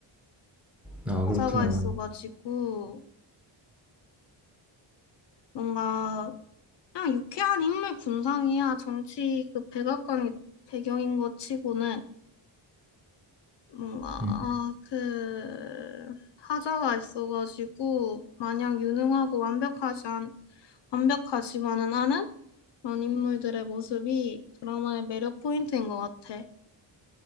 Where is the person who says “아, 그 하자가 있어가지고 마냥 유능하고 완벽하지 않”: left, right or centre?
Left